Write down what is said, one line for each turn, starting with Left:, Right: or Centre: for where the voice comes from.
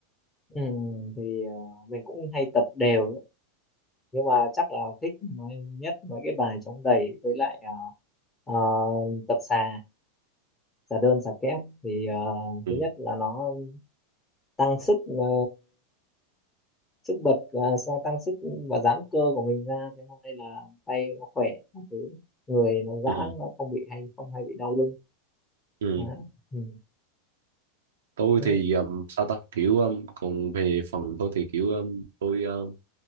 Left: Ừ. thì ờ, mình cũng hay tập đều ấy. nhưng mà chắc là thích mấy- nhất mấy cái bài chống đẩy với lại ờ, ờ, tập xà xà đơn xà kép thì ờ,
Right: ừ,
Left: thứ nhất là nó tăng sức ờ, sức bật và sao tăng sức và giãn cơ của mình ra thế hôm nay là tay nó khỏe các thứ người nó giãn
Right: ừ,
Left: nó không bị hay không hay bị đau lưng
Right: ừ.
Left: Đấy. Ừ.
Right: tôi
Left: Thế,
Right: thì um, sao ta kiểu um, còn về phần tôi thì kiểu um, tôi uh,